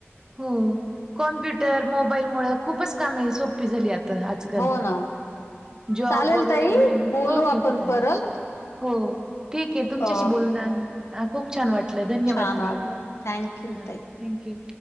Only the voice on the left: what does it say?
हो ना.
चालेल
ताई,
बोलू
आपण
परत.
अ,
छान
वाटलं. थँक यू
ताई.